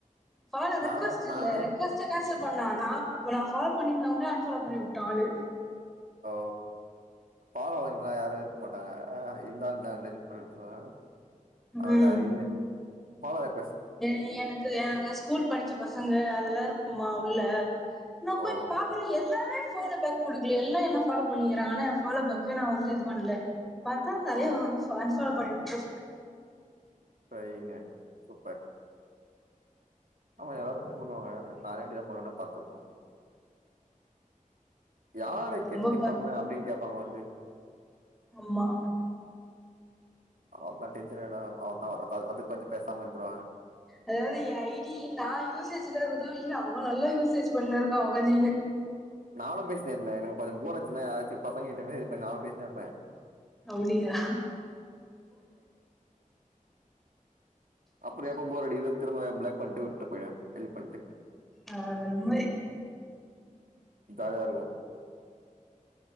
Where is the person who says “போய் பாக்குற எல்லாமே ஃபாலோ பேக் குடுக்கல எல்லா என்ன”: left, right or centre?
Centre